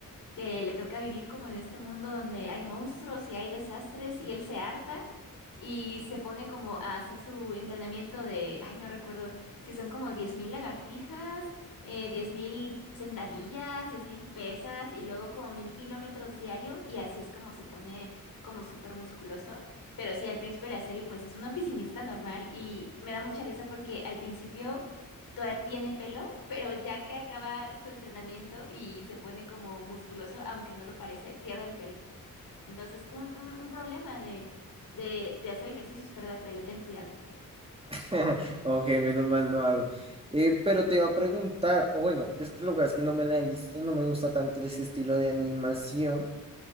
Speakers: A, on the left; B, on the right.
A: que le toca vivir como en este mundo donde hay monstruos y hay desastres y él se harta y se pone como a hacer su entrenamiento de, ay, no recuerdo si son como 10.000 lagartijas, eh, 10.000 sentadillas, 10.000 pesas y luego como 1.000 kilómetros diario y así es como se pone como súper musculoso. Pero sí, al principio de la serie pues es un oficinista normal y me da mucha risa porque al principio todavía tiene pelo, pero ya que acaba su entrenamiento y se pone como musculoso, aunque no lo parece, pierde el pelo. Entonces, un, un, un problema de, de, de hacer ejercicio es perder pelo, ten cuidado.
B: <laughs> Ok, menos mal no hago. Eh, pero te iba a preguntar, o bueno, es que lo que pasa es que no me la he visto, no me gusta tanto ese estilo de animación,